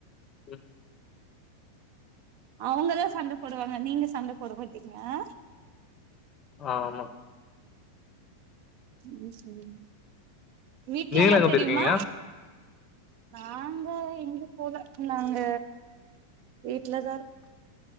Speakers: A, on the left; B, on the right.
A: ம்
B: அவுங்கதான் சண்ட போடுவாங்க நீங்க சண்ட போட மாட்டீங்க ஆ.
A: ஆ ஆமா.
B: ம் செரி. வீட்ல
A: நீங்களாம்
B: எல்லாம்
A: எங்க
B: தெரியுமா.
A: போயிருக்கீங்க
B: நாங்க எங்கியு போல நாங்க வீட்லதான் இருக்.